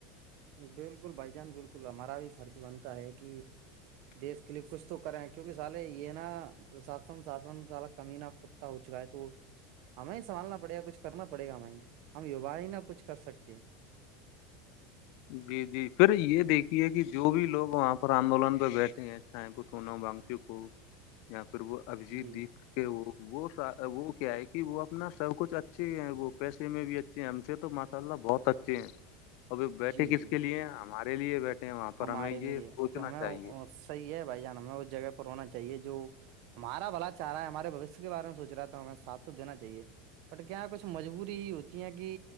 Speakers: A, on the right (about 60°); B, on the left (about 60°).
A: بالکل بھائی جان بالکل ہمارا بھی فرض بنتا ہے کہ دیش کے لیے کچھ تو کریں کیونکہ سالے یہ نا پرشاسن ساسن سالا کمی نہا آپ کو ہو چکا ہے تو ہمیں سنبالنا پڑے گا کچھ کرنا پڑے گا ہمیں ہم یوا ہی نہ کچھ کر سکتے ہیں
B: جی جی پھر یہ دیکھیے کہ جو بھی لوگ وہاں پر آندولن پہ بیٹھے ہیں چیں وہ سونا بانگچو کو یااں پھر وہ ابجیت
A: جی
B: دیک کہ وہ وہ کیا ہے کہ وہ اپنا سب کچھ اچھے ہیں وہ پیسے میں بھی <unintelligible> اچھ ہم سے تو ماشا اللہ بہت اچھے ہیں
A: <inaudible>
B: ابھی بیٹھے
A: جی
B: کس
A: جی
B: کے لیے ہمارے لیے بیٹھے ہیں وہاں پر
A: ہمارے
B: ہمیں یہ
A: لیے
B: سوچنا
A: تو ہمیں
B: چاہیے
A: وہ- صحیح ہے بھائی جان ہمیں اس جگہ پر ہونا چاہیے جو ہمارا بلا چاہا ہے ہمارےھوشیہ کے بارے میں سوچ رہا ہے تو ہمیں سات تو دینااہیے بٹ کیا کچھ مجبوری ہی ہوتی ہیں کہ